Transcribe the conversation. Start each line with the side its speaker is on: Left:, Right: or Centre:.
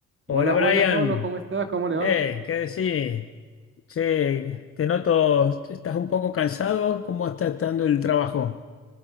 Left: Hola
Right: Buenas,
Left: Brian,
Right: buenas, Pablo, ¿cómo estás? ¿Cómo le
Left: eh,
Right: va?
Left: ¿qué decís? Che, te noto, estás un poco cansado, ¿cómo está estando el trabajo?